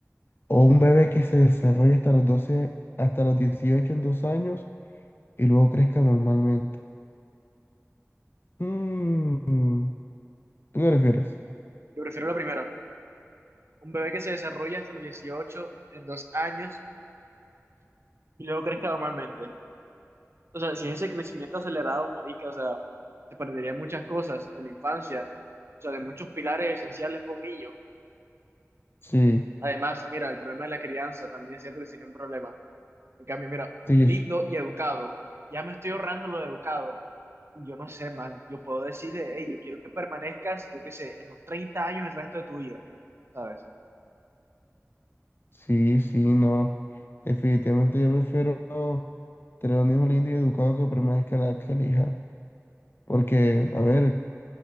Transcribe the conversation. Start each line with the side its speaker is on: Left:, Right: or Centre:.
Left: o un bebé que se desarrolle hasta los 12, hasta los 18, en dos años y luego crezca normalmente? Mm, ¿tú qué prefieres?
Right: Yo prefiero la primera, un bebé que se desarrolla hasta los 18 en dos años y luego crezca normalmente. O sea, sin ese crecimiento acelerado, marica, o sea, se perderían muchas cosas de la infancia, o sea, de muchos pilares esenciales para un niño.
Left: Sí,
Right: Además, mira, el problema de la crianza también es cierto que sería un problema. En cambio, mira,
Left: sí, yo
Right: lindo
Left: s-
Right: y educado. Ya me estoy ahorrando lo de educado. Y Yo no sé, man, yo puedo decirle, hey, yo quiero que permanezcas, yo qué sé, en los 30 años el resto de tu vida, ¿sabes?
Left: sí, sí, no. Definitivamente yo prefiero tener un hijo lindo y educado que permanezca en la edad que elija. Porque, a ver,